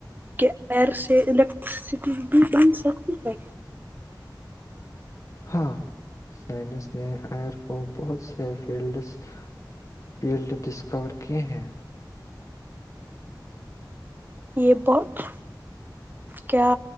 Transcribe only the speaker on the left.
ہاں سائنس نے آئر کو بہت سے فیلڈس فیلڈ ڈسکور کیے ہیں